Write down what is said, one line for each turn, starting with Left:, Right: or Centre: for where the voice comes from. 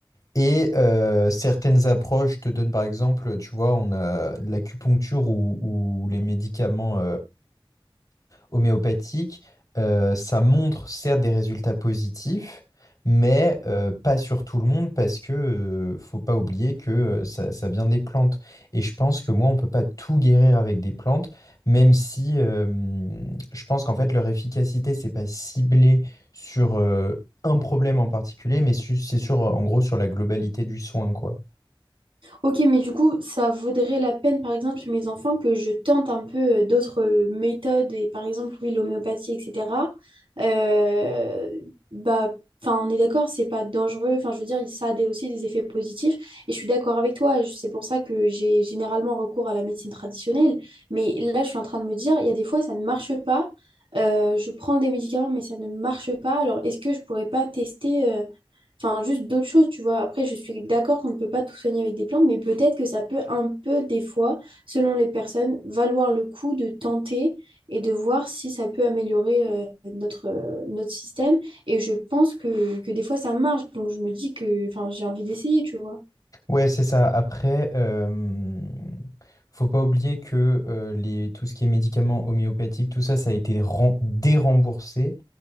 Left: Et euh, certaines approches te donnent, par exemple, tu vois, on a l'acupuncture ou, ou les médicaments homéopathique, euh, ça montre certes des résultats positifs, mais euh, pas sur tout le monde parce que euh, faut pas oublier que euh, ça, ça vient des plantes. Et je pense que moi, on peut pas tout guérir avec des plantes, même si euh, je pense qu'en fait leur efficacité, c'est pas ciblé sur euh, un problème en particulier, mais su- c'est sur, en gros sur la globalité du soin, quoi.
Right: Ok, mais du coup, ça vaudrait la peine, par exemple, sur mes enfants, que je tente un peu euh, d'autres euh, méthodes, et par exemple, oui, l'homéopathie, etc. Euh, bah, enfin, on est d'accord, c'est pas dangereux. Enfin, je veux dire, ça a des- aussi des effets positifs. Et je suis d'accord avec toi. je- C'est pour ça que j'ai généralement recours à la médecine traditionnelle. Mais là, je suis en train de me dire, il y a des fois, ça ne marche pas. Euh, je prends des médicaments, mais ça ne marche pas. Alors, est-ce que je pourrais pas tester euh, Enfin, juste d'autres choses, tu vois. Après, je suis d'accord qu'on ne peut pas tout soigner avec des plantes, mais peut-être que ça peut un peu, des fois, selon les personnes, valoir le coup de tenter et de voir si ça peut améliorer euh, notre, euh, notre système. Et je pense que, que des fois, ça marche. Donc, je me dis que, enfin, j'ai envie d'essayer, tu vois.
Left: Ouais, c'est ça. Après, euh, faut pas oublier que euh, les, tout ce qui est médicaments homéopathiques, tout ça, ça a été ren- déremboursé